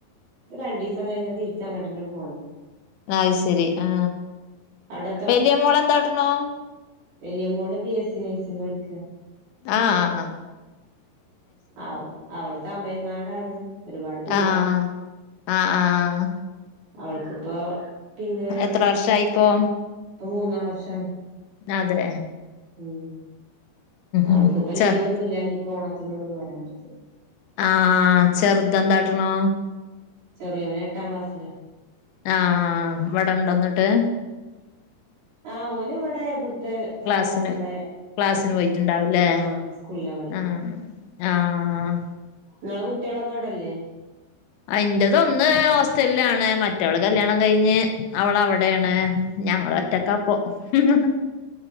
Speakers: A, on the right; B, on the left.
A: ഇപ്പൊ രണ്ട് ദിവസം കഴിഞ്ഞാ തിരിച്ച് അങ്ങട്ടന്നെ പോകണം
B: അത് ശരി ആ
A: അവിടെ
B: വലിയ മോള് എന്താ കാട്ട്ണൂ
A: വലിയ മോള് ബി എസ് സി നഴ്സിംഗ് പഠിക്കാ.
B: ആഹ് അ ആഹ
A: ആ അവള് തമിഴ്നാടാണ് ഒരുപാട് ദൂരാണ്
B: ആഹ് ആഹ് ആഹ്
A: അവൾക്കിപ്പൊ പിന്നെ
B: എത്ര വർഷായിപ്പോ
A: ഇപ്പൊ മൂന്നാം വർഷാണ്
B: അതെ
A: ഉം അവൾക്കിപ്പ
B: ഉം
A: ലീവൊന്നുല്ല
B: ചെർ
A: ഇനിപ്പോ ഓണത്തിനൊള്ളു പോരാൻ പറ്റ
B: ആ ചെറുതെന്താ കാട്ടണു
A: ചെറിയോന് എട്ടാം ക്ലാസിലാ
B: ആഹ് ഇവിടെ ഇണ്ടോ എന്നിട്ട്
A: ആഹ് ഓനിവടെ ഇവ്ടു ഇവിടുത്തെ സാധാ
B: ക്ലാസ്സിന്
A: നമ്മളെ
B: ക്ലാസ്സിന് പോയിട്ടുണ്ടാവൂല്ലേ
A: ആ സ്കൂളിലാ പഠിക്കണ്
B: ആഹ് ആഹ്
A: ഇങ്ങളെ കുട്ട്യോളൊക്കെ അവടല്ലേ
B: ആ ഇന്റെതോന്ന് ഹോസ്റ്റലിലാണ് മറ്റവള് കല്യാണം കഴിഞ്ഞ് അവളവടെയാണ് ഞങ്ങളോറ്റക്കാപ്പോ മ്